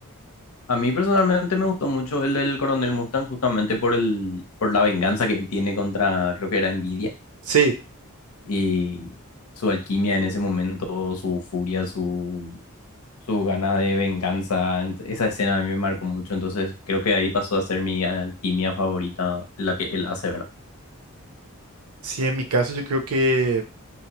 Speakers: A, on the left (about 80°); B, on the right (about 80°).
A: a mí personalmente me gustó mucho el del Coronel Mustang justamente por el, por la venganza que él tiene contra, creo que era Nvidia
B: Sí,
A: y su alquimia en ese momento, su furia, su su gana de venganza. ent- Esa escena a mí me marcó mucho, entonces creo que ahí pasó a ser mi alquimia favorita, la que él hace, ¿verdad?
B: sí, en mi caso yo creo que